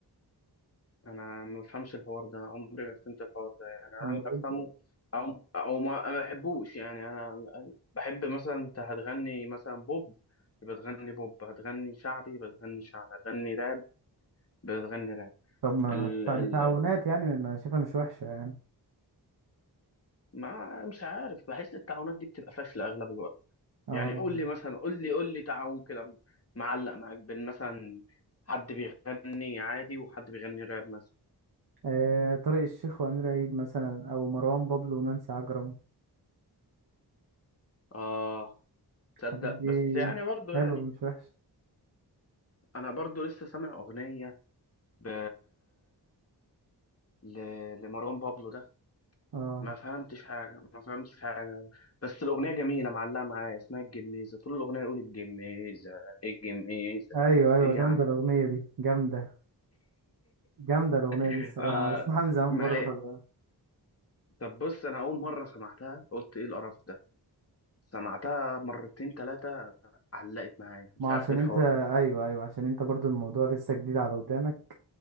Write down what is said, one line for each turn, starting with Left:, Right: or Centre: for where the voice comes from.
Left: أنا ما بفهمش الحوار ده عمري ما فهمت الحوار ده يعني أنا
Right: طب ما
Left: اللي أفهمه
Right: انت-
Left: أو أو ما ما بحبوش يعني أنا بحب مثلا أنت هتغني مثلا بوب يبقى تغني بوب هتغني شعبي يبقى تغني شعبي هتغني راب يبقى تغني راب
Right: طب ما
Left: ال
Right: بتاع-
Left: ال
Right: دي تعاونات يعني ما شايفها مش وحشه يعني
Left: ما مش عارف بحس التعاونات دي بتبقى فاشلة أغلب الوقت
Right: اه
Left: يعني قول لي مثلا قول لي قول لي تعاون كده معلق معاك بين مثلا حد بيغني عادي وحد بيغني راب مثلا
Right: آه، طارق الشيخ وأمير عيد مثلا أو مروان بابلو ونانسي عجرم
Left: اه تصدق
Right: الحاجات دي
Left: بس يعني برضه
Right: حلو
Left: يعني
Right: مش وحش
Left: انا برضه لسه سامع اغنيه ب... ل... لمروان بابلو ده
Right: اه
Left: ما فهمتش حاجه ما فهمتش حاجه بس الاغنيه جميله معلقه معايا اسمها الجميزه طول الاغنيه يقول الجميزه الجميزه
Right: ايوه ايوه
Left: ايه
Right: جامده
Left: يا عم
Right: الاغنيه دي جامده جامده الاغنيه
Left: <laughs>
Right: دي الصراحه
Left: آه
Right: انا بسمعها من زمان
Left: ما
Right: برضه خلي بالك.
Left: طب بص انا اول مره سمعتها قلت ايه القرف ده سمعتها مرتين تلاتة علقت معايا مش
Right: ما هو
Left: عارف
Right: عشان
Left: ايه الحوار
Right: انت <laughs>
Left: ده
Right: ايوه ايوه عشان انت برضه الموضوع لسه جديد على ودانك